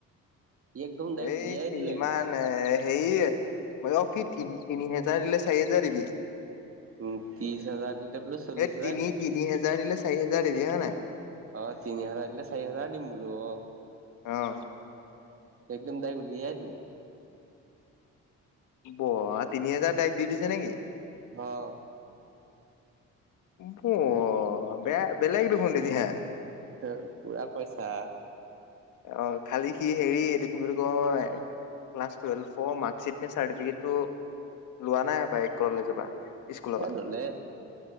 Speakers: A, on the right; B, on the left.
A: সি একদম ডাইৰেক্ট
B: এই
A: উলিয়াই দিলে
B: ইমান
A: একদম
B: এই সেই মই কি কি তি তিনি হাজাৰ দিলে চাৰি হাজাৰ দিবি।
A: উম ত্ৰিশ হাজাৰ দিলে বোলো চল্লিশ
B: এই
A: হাজাৰ
B: তিনি
A: দিম।
B: তিনি হেজাৰ দিলে চাৰি হাজাৰ দিবি হয় নাই।
A: অ তিনি হাজাৰ দিলে চাৰি হাজাৰ দিম বোলো অ।
B: অহ।
A: একদম দাই উলিয়াই দিলে।
B: ওৱ তিনি হাজাৰ তাইগ দি দিছে নেকি।
A: অ
B: বৱা বেয়া বেলেগ দেখোন এতিয়া।
A: পুৰা পইচা,
B: অ খালি সি হেৰি এইটো কি বুলি কয় ক্লাছ টোয়েল্ভৰ মাৰ্কচিট নে চাৰ্টিফিকেটটো লোৱা নাই কলেজৰ পৰা স্কুলৰ পৰা
A: এই ল'লে।